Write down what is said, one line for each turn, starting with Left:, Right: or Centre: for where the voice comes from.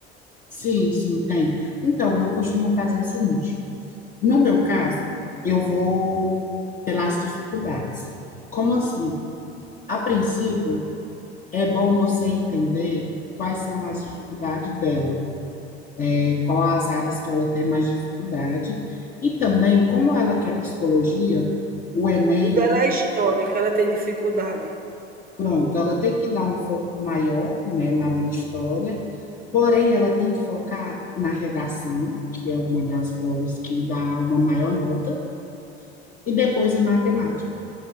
Left: Sim, sim, tem. Então, eu costumo fazer o seguinte: no meu caso, eu vou pelas dificuldades. Como assim? A princípio, é bom você entender quais são as dificuldades dela, né? Qual as áreas que ela tem mais dificuldade. E também, como ela quer psicologia, o Enem
Right: O dela é história, que ela tem dificuldade.
Left: Pronto, ela tem que dar um foco maior, né, na linha história, porém ela tem que focar na redação, que é uma das provas que dá uma maior nota, e depois em matemática,